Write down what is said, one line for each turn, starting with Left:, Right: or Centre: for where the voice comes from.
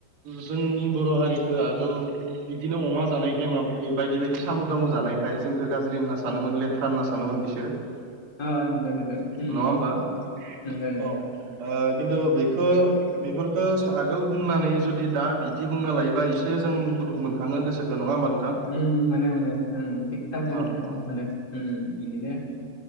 Right: जोंनि बर' हारिखो आगोल बिदिनो अमा जानायखाय माबा बायदि बायदि साम' दामु जानायखाय जोंखौ गाज्रि होनना सानोमोन लेथ्रा होनना सानोमोन बिसोरो <unintelligible>
Left: ओ नंगो नंगो उम
Right: नङा होमबा
Left: नंगो
Right: अ
Left: नंगो
Right: ओ खिथु बेखो बेफोर खौ आगोल बुंनानै जुदि दा बिदि बुंना लायोबा एसे जों दुखु मोनखाङो गोसोखौ नङा होमबा नोंथां?
Left: उम मोनो मोनो उम थिगथां <unintelligible>
Right: अ अ
Left: मोनो उम उम इदिनो